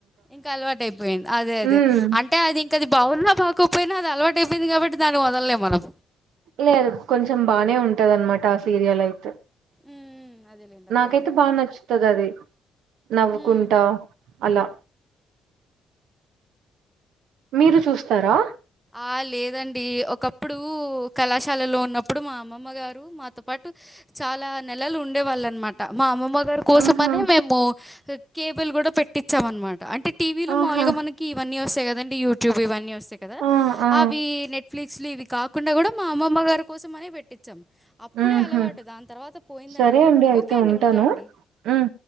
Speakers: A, in the centre; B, on the right (about 80°).
A: ఇంకా అలవాట అయిపోయింది అదే అదే
B: మ్మ్
A: అట్టే అది ఇంక అది బాగున్నా బాకపోయినా అది అలవాట అయిపోయింది కాబట్టి దాన్ని వదలలేం మనం
B: లేదు కొంచెం బానే ఉ టది అనమాట ఆ సీరియల్ అయితే
A: ఉమ్, అదేలేండి అర్థమైంది
B: నాకైతే బాగా నచ్చుతది అది నవ్వుకుంటా
A: ఉమ్.
B: అలా మీరు చూస్తారా
A: ఆ లేదండి ఒకప్పుడు కళాశాలలో ఉన్నప్పుడు మా అమ్మమ్మ గారు మాతో పాటు చాలా నెలలు ఉండే వాళ్ళు అనమాట మా అమ్మమ్మ గారి కోసమనే
B: ఆహా
A: మేము కేబుల్ కూడా పెట్టించాం అనమాట అంటే టీవీ లో
B: ఆహా
A: మాములుగా మనకి ఇవన్నీ వస్తాయి కదండి యూట్యూబ్ ఇవన్నీ వస్తాయి కదా
B: ఆ ఆ
A: అవి నెట్ఫ్లిక్స్ లు ఇవి కాకుండా కూడా మా అమ్మమ్మ గారి కోసం అనే పెట్టించాం అప్పుడే
B: మ్మ్హ్
A: అలవాటు దాని తర్వాత పోయిందండి
B: సరే
A: అలవాటు
B: అండి అయితే
A: ఓకే అండి
B: ఉంటాను
A: ఉంటా అండి
B: మ్మ్